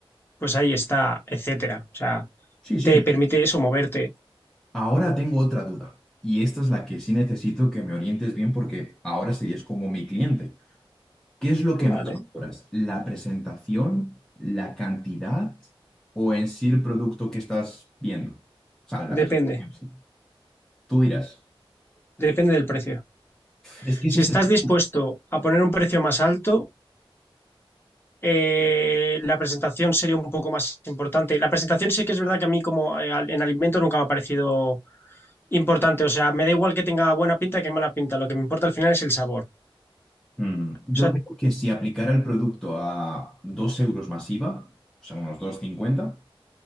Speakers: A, on the left (about 25°); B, in the centre.
A: pues ahí está, etcétera. O sea,
B: Sí, sí,
A: te permite eso moverte.
B: Ahora tengo otra duda, y esta es la que sí necesito que me orientes bien porque ahora serías como mi cliente. ¿Qué es lo que
A: Vale,
B: más valoras? ¿La presentación, la cantidad o en sí el producto que estás viendo? O sea, la
A: depende,
B: presentación, sí. Tú dirás.
A: depende del precio.
B: Es que ese
A: Si
B: es
A: estás
B: el-
A: dispuesto a poner un precio más alto, eh, la presentación sería un poco más importante. La presentación sí que es verdad que a mí como eh, al- en alimento nunca me ha parecido importante. O sea, me da igual que tenga buena pinta que mala pinta. Lo que me importa al final es el sabor.
B: Mm,
A: O
B: Yo
A: sea,
B: creo que si aplicara el producto a 2 euros más IVA, o sea, unos dos cincuenta.